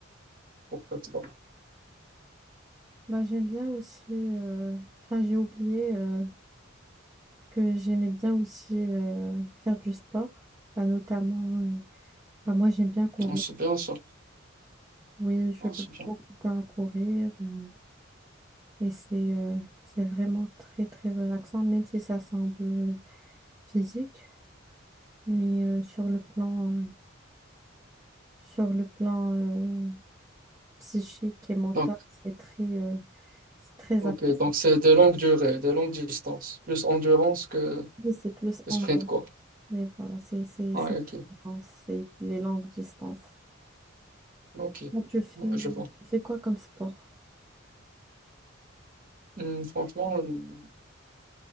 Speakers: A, on the right; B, on the right.
A: pour faire ça.
B: Bah, j'aime bien aussi, euh, enfin j'ai oublié euh, que j'aimais bien aussi euh, faire du sport, bah, notamment, euh, bah, moi j'aime bien courir.
A: Non, C'est bien ça.
B: Oui, je
A: Non,
B: passe
A: c'est bien.
B: beaucoup de temps à courir euh, et c'est euh, c'est vraiment très très relaxant, même si ça semble euh, physique, mais euh, sur le plan, euh, sur le plan euh, psychique et mental,
A: Donc,
B: c'est très, euh, c'est très
A: ok,
B: apaisant.
A: donc c'est des longues durées, des longues distances, plus endurance que
B: Oui, c'est plus
A: Le
B: en
A: sprint,
B: distance
A: quoi.
B: Oui, voilà, c'est c'est-
A: Ouais,
B: c'est-
A: ok.
B: c'est les longues distances.
A: Ok.
B: Toi, tu fais,
A: Ouais, je vois.
B: tu fais quoi comme sport?
A: Hum, franchement, hum,